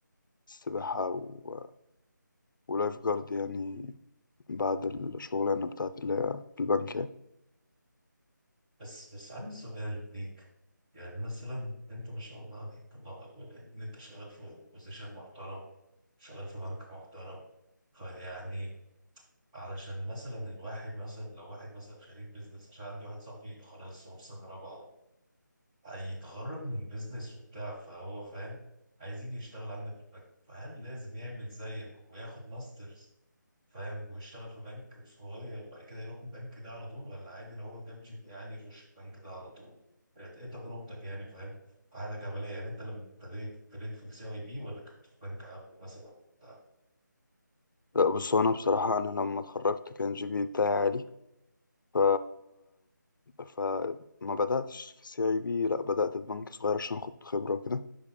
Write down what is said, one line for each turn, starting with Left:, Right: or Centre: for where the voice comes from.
Left: سباحة و... ولايف جارد يعني بعد الشغلانة بتاعتي اللي هي في البنك يعني
Right: بس بس عندي سؤال ليك يعني مثلا انت ما شاء الله عليك الله اكبر يعني ان انت شغال في بوزيشن محترم شغال في بنك محترم فيعني علشان مثلا الواحد مثلا لو واحد مثلا خريج بيزنس عشان عندي واحد صاحبي خلاص هو في سنه رابعه هيتخرج من بيزنس وبتاع فهو فاهم عايز يجي يشتغل عندك في البنك فهل لازم يعمل زيك وياخد ماسترز فاهم ويشتغل في بنك صغير بعد كده يروح البنك ده على طول ولا عادي لو هو جاب جي بي عالي يخش البنك ده على طول ايه تجربتك يعني فاهم في حياتك العملية يعني انت لما ابتديت ابتديت في السي اي بي ولا كنت في بنك قبل مثلا بتاع
Left: لا بص هو أنا بصراحة أنا لما اتخرجت كان جي بي بتاعي عالي ف فما بدأتش في سي اي بي لا بدأت في بنك صغير عشان أخد خبرة وكده